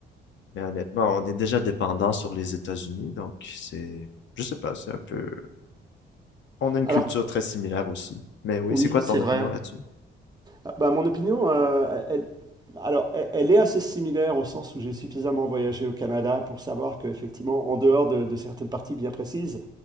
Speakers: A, on the left; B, on the right.
A: mais honnêtement, on est déjà dépendant sur les États-Unis, donc c'est je sais pas, c'est un peu on a une
B: Alors,
A: culture très similaire aussi. Mais oui,
B: oui,
A: c'est quoi
B: c'est
A: ton opinion
B: vrai.
A: là-dessus?
B: Euh, bah, mon opinion, euh, elle, alors, elle, elle est assez similaire au sens où j'ai suffisamment voyagé au Canada pour savoir qu'effectivement, en dehors de, de certaines parties bien précises,